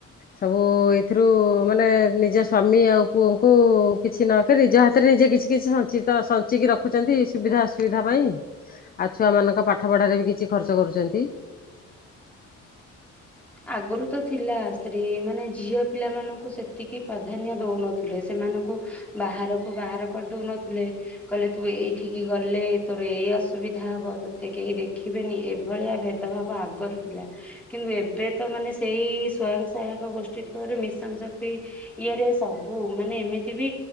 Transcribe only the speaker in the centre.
ଆଗରୁ ତ ଥିଲା ସ୍ତ୍ରୀ ମାନେ ଝିଅ ପିଲା ମାନଙ୍କୁ ସେତିକି ପ୍ରାଧାନ୍ୟ ଦଉନଥିଲେ ସେମାନଙ୍କୁ ବାହାରକୁ ବାହାର କରିଦଉନଥିଲେ କହିଲେ ତୁ ଏଇଠିକି ଗଲେ ତୋର ଏଇ ଅସୁବିଧା ହବ ତୋତେ କେହି ଦେଖିବେନି ଏଭଳିଆ ଭେଦଭାବ ଆଗରୁ ଥିଲା କିନ୍ତୁ ଏବେ ତ ମାନେ ସେଇ ସ୍ଵୟଂ ସହାୟକ ଗୋଷ୍ଠୀ ପରେ ମିଶନ ଶକ୍ତି ଇଏରେ ସବୁ ମାନେ ଏମିତି ବି